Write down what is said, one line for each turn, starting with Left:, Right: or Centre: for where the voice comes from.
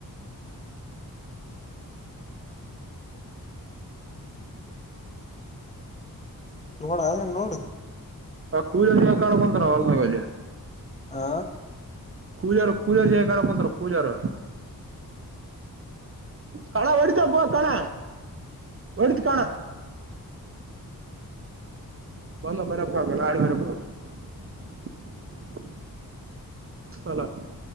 Left: ಷೂ ನೋಡ ಆದ ನೋಡು
Right: ಆ ಕೂಲ್ಲಿ ಯ ಕಡಕೊಂತಾರ ಅಲ್ಲಾಗಲ್ಲಿ
Left: ಆ
Right: ಕೂಲಿಯರು ಕೂಲಿಯರು ಜ ಕಡಕ್ೊಂತಾರ ಕೂಲಿಯಾರ ಕಣ ಒಡತ ಕಣ ಒಡತ ಕಣ ಒಂದೊ ಮರಪ್ಪ ಆಗಲ್ಲ ಆಡು ಮರೆಪ ಹಾಗಲ್ಲ ಹಲೋ